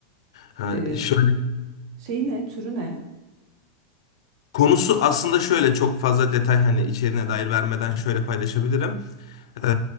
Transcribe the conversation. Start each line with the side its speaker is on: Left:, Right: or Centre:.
Left: Ha,
Right: Ee,
Left: şöyle
Right: şey ne? Türü ne?
Left: konusu aslında şöyle çok fazla detay hani içeriğine dair vermeden şöyle paylaşabilirim. Ee,